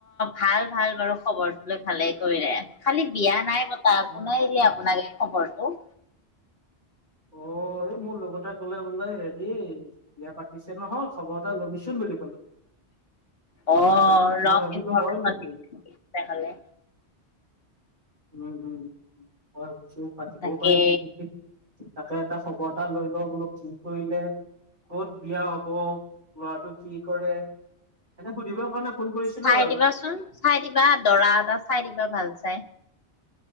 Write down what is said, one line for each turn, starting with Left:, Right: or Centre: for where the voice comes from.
Left: ভাল ভাল বাৰু খবৰটো লৈ ভালেই কৰিলে। খালি বিয়া নাই প তা
Right: উম
Left: কোনে দিলে আপোনাক এই খবৰটো?
Right: অ, এই মোৰ লগৰটোৱে ক'লে বোলে হেৰি বিয়া পাতিছে নহয় খবৰ এটা ল'বিচোন বুলি ক'লে।
Left: অ,
Right: মই ভাব মই
Left: ৰং
Right: ভাবিলো
Left: ইনফমেচন
Right: হয় নেকি
Left: দিছে তেনেহ'লে।
Right: উম, উম বৰ কিছু পাতিবও
Left: তাকে।
Right: পাৰে যিহেতি তাকে এটা খবৰ এটা লৈ লও বোলো কি কৰিলে। ক'ত বিয়া হ'ব? ল'ৰাটো কি কৰে? এনে সুধিবৰ কাৰণে ফোন কৰিছিলো
Left: চাই
Right: আৰু
Left: দিবাচোন। চাই দিবা দৰা এটা চাই দিবা ভাল চাই।